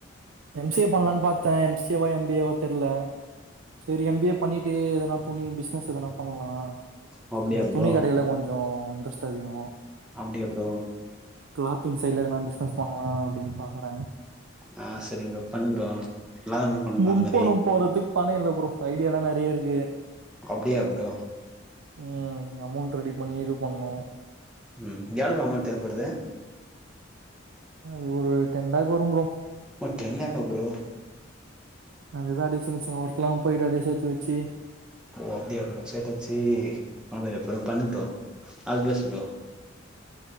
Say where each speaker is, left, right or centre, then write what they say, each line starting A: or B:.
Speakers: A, on the right (about 75°); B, in the centre.
A: M C A பண்ணலான் பாத்தே எம் சி ஏவா எம் பி ஏவா தெர்ல செரி எம் பி ஏ பண்ணிட்டு எதனா துணி பிஸ்னஸ் எதனா பண்லா
B: ஓ அப்டியா
A: இந்த
B: ப்ரோ
A: துணி கடையில கொஞ்சோ இன்ட்ரெஸ்ட் அதிகோ
B: அப்டியா ‌ப்ரோ
A: க்ளாத்திங் சைட்ல எதனா பிஸ்னஸ் பண்லா அப்டின் பாக்குறே
B: அ செரி ப்ரோ பண்ணு ப்ரோ நல்லாதா ப்ரோ பண்ணு
A: முன்பணம்
B: அந்த மாரி
A: போட்றதுக் பணோ இல்ல ப்ரோ ஐடியால்லா நெறியருக்கு
B: அப்டியா ப்ரோ
A: ம் அமௌண்ட் ரெடி பண்ணி இதுவ் பண்ணோ
B: ம் எவ்ள ப்ரோ அமொன் தேவப்படுது
A: அது ஒரு டென் லேக் வரும் ப்ரோ
B: ப்பா டென் லேக்கா ப்ரோ
A: அதுதா அப்டே சின்ன சின்ன ஒர்க்ல்லாம் போய்ட்டு அப்டே சேத்து வெச்சி
B: ஓ அப்டியா ப்ரோ சேத்து வெச்சி பண்ண போறியா ப்ரோ பண்ணு ப்ரோ ஆல்த்பெஸ் ப்ரோ